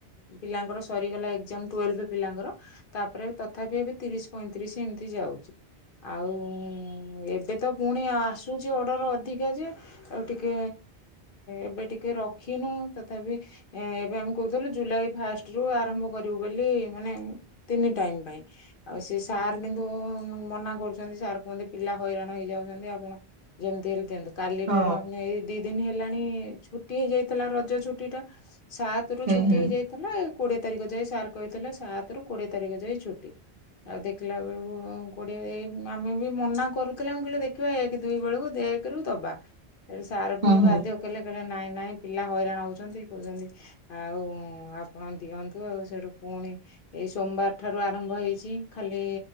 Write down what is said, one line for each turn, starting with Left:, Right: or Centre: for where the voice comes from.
Left: ପିଲାଙ୍କର ସରିଗଲା ଏକ୍ ଜାମ ଟୁଏଲଭି ପିଲାଙ୍କର। ତାପରେ ତଥାପି ଏବେ ତିରିଶ ପଇଁତିରିଶ ଏମିତି ଯାଉଛି ଆଉ ଏବେ ତ ପୁଣି ଆସୁଛି ଅର୍ଡ଼ର ଅଧିକା ଯେଏ। ଆଉ ଟିକେ ଏବେ ଟିକେ ରଖିନୁ ତଥାପି। ଏଁ ଏବେ ଆମେ କହୁଥିଲୁ ଜୁଲାଇ ଫାଷ୍ଟ ରୁ ଆରମ୍ଭ କରିବୁ ବୋଲି ମାନେ ତିନି ଟାଇମ୍ ପାଇଁ। ଆଉ ସେ ସାର୍ କିନ୍ତୁ ମନା କରୁଛନ୍ତି ସାର୍ କୁ ପିଲା ହଇରାଣ ହେଇଯାଉଛନ୍ତି ଆପଣ ଯେମ୍ତି ହେଲେ ତେଏଁ ନ୍ତୁ। କାଲି
Right: ହଁ
Left: ଠାରୁ ଆମେ ଏଇ ଦିଇ ଦିନ ହେଲାଣି ଛୁଟି ହେଇଯାଇଥିଲା ରଜ ଛୁଟି ଟା ସାତ୍ ସତରୁ
Right: ହୁଁ
Left: ଛୁଟି
Right: ହୁଁ
Left: ହେଇଯାଇଥିଲା କୋଡିଏ ତାରିଖ ଯାଏଁ ସାର୍ କହିଥିଲେ ସାତ ରୁ କୋଡିଏ ତାରିଖ ଯାଇ ଛୁଟି। ଆଉ ଦେଖିଲା ବେଳକୁ କୋଡିଏ ଏଇ ଆମେ ବି ମନା କରୁଥିଲେ ମୁଁ କହିଲେ ଦେଖିବା ଏକ ଦିଇ ବେଳକୁ ଦେଖ୍। କେରୁ ଦବା ସାର୍
Right: ହୁଁ
Left: ପୁଣି
Right: ହୁଁ
Left: ବାଧ୍ୟଅ କଲଲେ କହିଲେ ନାଇଁ ନାଇଁ ପିଲା ହଇରାଣ ହଉଛନ୍ତି କହୁଛନ୍ତି। ଆଉ ଆପଣ ଦିଅନ୍ତୁ ଆଉ ସେଠୁ ପୁଣି। ଏଇ ସୋମବାର ଠାରୁ ଆରମ୍ଭ ହେଇଛି ଖାଲି